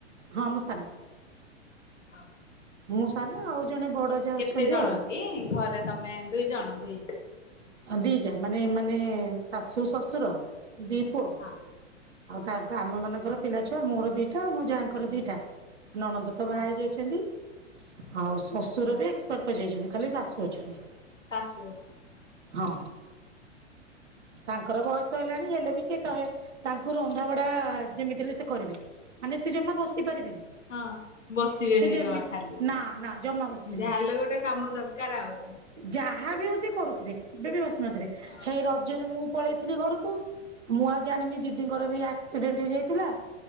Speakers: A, on the right; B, on the left.
A: ହଁ ମୁଁ ସାନ
B: ହଁ।
A: ମୁଁ ସାନ ଆଉ ଜଣେ ବଡ ଯା
B: କେତେ
A: ଅଛନ୍ତି
B: ଜଣ
A: ଆଉ
B: କି ଘରେ ତମେ ଦୁଇ ଜଣ ଦୁଇ ଜା
A: ଦି ଯା ମାନେ ମାନେ ଶାଶୁ ଶ୍ୱଶୁର ଦିଇ ପୁଅ
B: ହଁ
A: ଆଉ ତାଙ୍କ ଆମ ମାନଙ୍କର ପିଲା ଛୁଆ ମୋର ଦିଇ ଟା ମୋ ଯାହାଙ୍କର ଦିଇ ଟା ନାନଦଅ
B: ହଁ
A: ବାହା ହେଇ
B: ହଁ।
A: ଯାଇଛନ୍ତି। ଆଉ ଶ୍ୱଶୁର
B: ହୁଁ
A: ବି ଏକ୍ସପିରେ କରି ଯାଇଛନ୍ତି। ଖାଲି ଶାଶୁ ଅଛନ୍ତି।
B: ଶାଶୁ ଅଛନ୍ତି
A: ହଁ ତାଙ୍କର ବୟସ ହେଲାଣି ହେଲେ ବି ସେ କହେ ତାଙ୍କୁ ରନ୍ଧାବଢା ଯେମିତି ହେଲେ ସେ କରିବେ ମାନେ ସେ ଜମା ବସି ପାରିବେନି
B: ହଁ ବସିବେନି
A: ସେ ଯେମିତି
B: ଜମା ଖାଲି
A: ନା ନା ଜମା ବସିବେନି
B: ଯାହାହେଲେ ଗୋଟେ କାମ ଦରକାର ଆଉ।
A: ଯାହା ବି ହଉ ସେ କରୁଥିବେ କେବେ ବି ହେଇ
B: ହଁ
A: ରଜରେ ମୁଁ ପଳେଇଥିଲି ଘରକୁ ମୁଁ ଆଉ ଜାଣିନି ଦିଦି ଦିଦିଙ୍କର ବି ଆକ୍ସିଡେଣ୍ଟ ହେଇଯାଇଥିଲା।